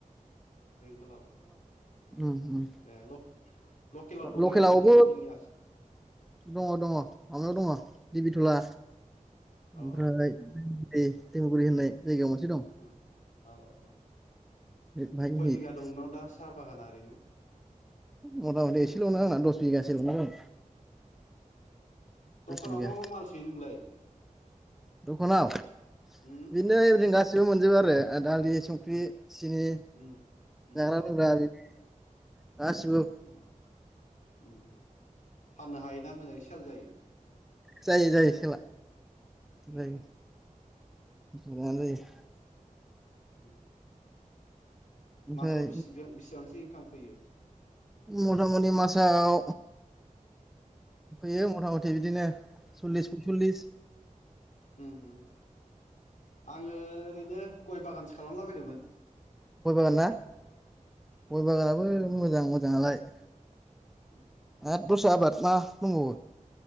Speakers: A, on the left; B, in the centre.
A: बेंगलाव
B: उम उम
A: ए लक-लकेलाव दंना
B: लकेलावबो
A: गैया जेनेबा जोंनि आस
B: दङ दङ माबायाव दङ दिबिथला ओमफ्राय
A: अ
B: दि दैमुगुरि होननाय जायगायाव मोनसे दं
A: ओ औ औ औ
B: बाहाय
A: खय
B: होयो
A: बिघा दं न दा साहा बागाना ओरैनो?
B: मथा मथि एसेल' ना आंना दस बिगसे ल' जागोन
A: दखानाव
B: बिगा
A: मा मा माल सोयो नोंलाय?
B: दखनाव? <unintelligible>
A: उम
B: बो मोनजोबो आरो ओ दालि संख्रि सिनि
A: उम उम
B: जाग्रा लोंग्रा बि <inaudible> गासिबो
A: उम उम फाननो हायोना मोजाङै सेल जायो?
B: जायो जायो सेला बेै
A: ए
B: <unintelligible>
A: उम
B: ओमफ्राय
A: मास बिसि बिसिबांसो खामफैयो?
B: मथामुथि मासाव फैयो मथा मथि बिदिनो सल्लिस पयसल्लिस
A: उम उम आङो ओरैनो गय बागानसो खालामला बायदोंमोन।
B: गय बागान ना? गय बागानाबो मोजां मोजाङालाय
A: उम
B: आद दस्रा आबाद मा दंबावो?